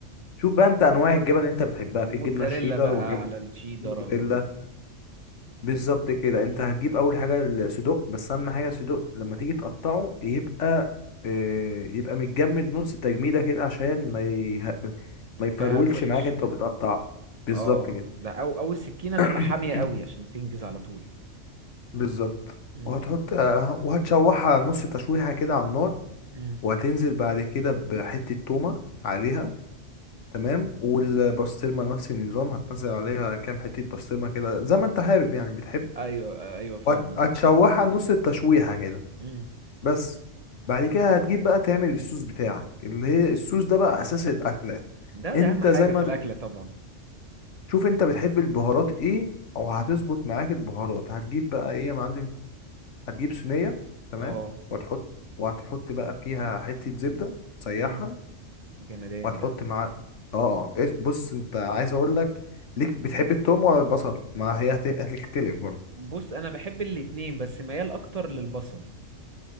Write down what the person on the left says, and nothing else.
شوف بقى انت انواع الجبن اللي انت بتحبها
في الجبنة الشيدر
والجبنة
الموتزاريلا
بالظبط كده انت
هتجيب اول حاجة الصدوق بس اهم حاجة الصدوق لما تيجي تقطعه يبقى آه، يبقى متجمد نص تجميدة كده عشان ما يه... ما يفرولش
معاك انت وبتقطعه بالظبط
كده
<clears throat>
<coughs>
بالظبط
وهتحط آه، وهتشوحها نص تشويحة كده على النار
وهتنزل بعد كده بحتة تومة عليها
تمام والبسطرمة نفس النظام هتنزل عليها كام حتة بسطرمة كده زي ما انت حابب يعني بتحب
وهت- هتشوحها نص التشويحة كده
بس بعد كده هتجيب بقى تعمل الصوص بتاعك اللي هي الصوص ده بقى أساس الأكلة
انت
زي ما
تب-
شوف انت بتحب البهارات ايه او هتظبط معاك البهارات هتجيب بقى ايه يا معلم هتجيب صينية تمام
وهتحط وهتحط بقى فيها حتة زبدة تسيحها
وهتحط
مع اه آه. إيه- بص انت عايز اقول لك ليك بتحب التوم ولا البصل ما هي هت- هتختلف برضه